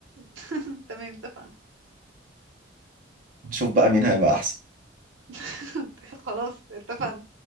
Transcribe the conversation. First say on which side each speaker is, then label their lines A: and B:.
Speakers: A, on the right; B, on the right.
A: <laughs> تمام اتفقنا
B: نشوف بقى مين هيبقى احسن
A: <laughs> خلاص اتفقنا